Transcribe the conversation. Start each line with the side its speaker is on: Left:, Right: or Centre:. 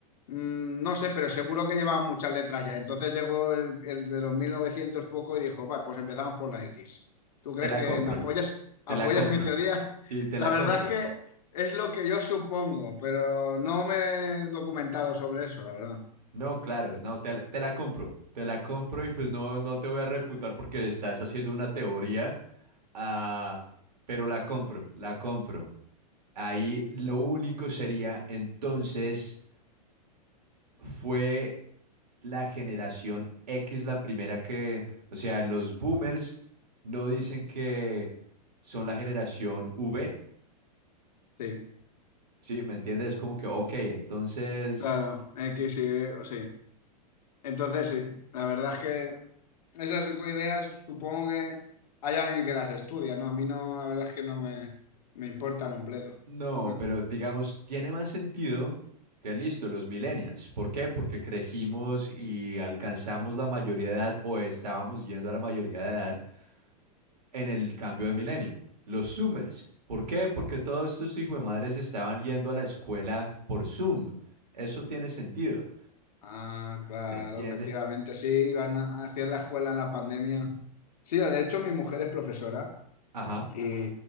Left: Mm, No sé, pero seguro que llevaban muchas letras ya. Entonces llegó el, el de los 1900 poco y dijo, va, pues empezamos por la X. ¿Tú crees
Right: Te la
Left: que
Right: compro.
Left: me apoyas? ¿Apoyas
Right: Te la compro.
Left: mi teoría? <laughs>
Right: Sí, te
Left: La
Right: la
Left: verdad
Right: compro.
Left: es que es lo que yo supongo, pero no me he documentado sobre eso, la verdad.
Right: No, claro, no, te, la te la compro, te la compro y pues no, no te voy a refutar porque estás haciendo una teoría, ah, pero la compro, la compro. Ahí lo único sería entonces fue la generación X la primera que, o sea, los boomers no dicen que son la generación V,
Left: Sí,
Right: ¿sí? ¿Me entiendes? Es como que, ok, entonces...
Left: claro, X, Y, sí. Entonces sí, la verdad es que Esas ideas supongo que hay alguien que las estudia, ¿no? A mí no, la verdad es que no me, me importan un bledo.
Right: No,
Left: <laughs>
Right: pero digamos, tiene más sentido que listo, los millennials. ¿Por qué? Porque crecimos y alcanzamos la mayoría de edad o estábamos yendo a la mayoría de edad en el cambio de milenio. Los Zoomers. ¿Por qué? Porque todos estos hijos de madres estaban yendo a la escuela por Zoom. Eso tiene sentido.
Left: Ah, claro,
Right: ¿Me entiende?
Left: efectivamente, sí, iban a hacer la escuela en la pandemia. Sí, de hecho mi mujer es profesora
Right: Ajá.
Left: y,